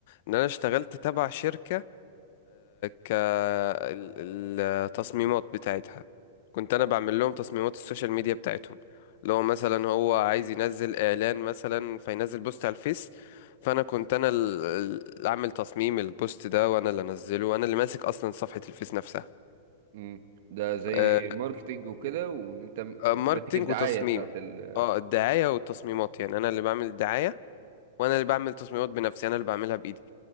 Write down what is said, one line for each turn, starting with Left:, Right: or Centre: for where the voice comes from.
Left: ان انا اشتغلت تبع شركة كالتصميمات بتاعتها كنت انا
Right: آه،
Left: بعمل لهم تصميمات السوشيال ميديا بتاعتهم لو مثلا هو عايز ينزل اعلان مثلا فينزل بوست على الفيس فانا كنت انا ال- ال- اللي عامل تصميم البوست ده وانا اللي انزله وانا اللي ماسك اصلا صفحة الفيس نفسها
Right: مم. ده زي
Left: آه،
Right: ماركتينج وكده وان انت م-
Left: آه،
Right: ماسك
Left: ماركتينج
Right: الدعاية
Left: وتصميم
Right: بتاعت ال
Left: اه الدعاية والتصميمات يعني انا اللي بعمل الدعاية وانا اللي بعمل تصميمات بنفسي انا اللي بعملها بايدي